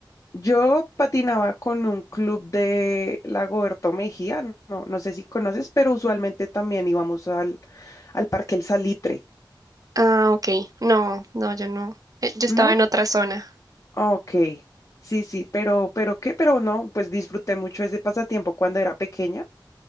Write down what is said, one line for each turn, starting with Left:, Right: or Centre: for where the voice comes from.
Left: Yo patinaba con un club de Lagoberto Mejía, no, no sé si conoces, pero usualmente también íbamos al, al Parque El Salitre,
Right: Ah, ok, no, no, yo no, eh, yo estaba
Left: ¿no?
Right: en otra zona.
Left: Ok, sí, sí, pero, pero qué, pero no, pues disfruté mucho ese pasatiempo cuando era pequeña.